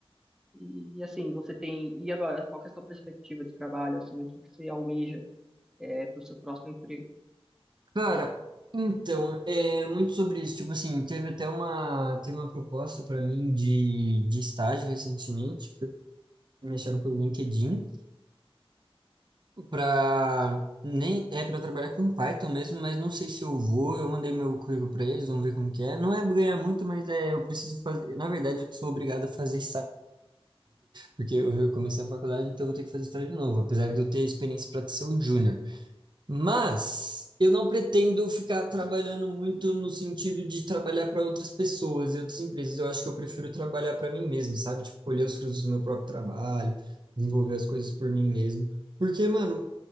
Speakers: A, in the centre; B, on the right.
A: e assim, você tem. E agora, qual que é a sua perspectiva de trabalho? Assim, o que que você almeja é, para o seu próximo emprego?
B: Cara, então, é muito sobre isso. Tipo assim, teve até uma, teve uma proposta para mim de, de estágio recentemente, que me acharam pelo LinkedIn, para nem é para trabalhar com Python mesmo, mas não sei se eu vou. Eu mandei meu currículo para eles, vamos ver como que é. Não é ganhar muito, mas é, eu preciso fazer. Na verdade, eu sou obrigado a fazer estágio, porque eu comecei a faculdade, então eu vou ter que fazer estágio de novo, apesar de eu ter experiência para ser um júnior. Mas eu não pretendo ficar trabalhando muito no sentido de trabalhar para outras pessoas e outras empresas. Eu acho que eu prefiro trabalhar para mim mesmo, sabe? Tipo, colher os frutos do meu próprio trabalho, desenvolver as coisas por mim mesmo. Porque, mano,